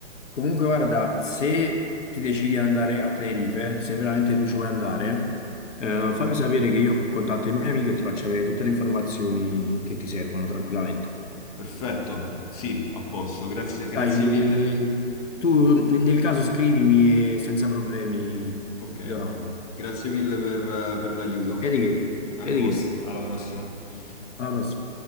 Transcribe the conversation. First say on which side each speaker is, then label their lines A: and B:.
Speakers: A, on the left (about 80°); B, on the left (about 30°).
A: Comunque, guarda, se ti decidi di andare a Tenerife, se veramente tu ci vuoi andare, eh, fammi sapere che io contatto il mio amico e ti faccio avere tutte le informazioni che ti servono tranquillamente.
B: Perfetto, sì, a posto, grazie, grazie
A: Dai, eh,
B: mille.
A: tu ne- nel caso scrivimi e senza problemi
B: Ok,
A: ti do una mano.
B: grazie mille per, eh, per l'aiuto.
A: E di che?
B: A
A: E
B: posto,
A: di che?
B: alla prossima.
A: Alla prossima.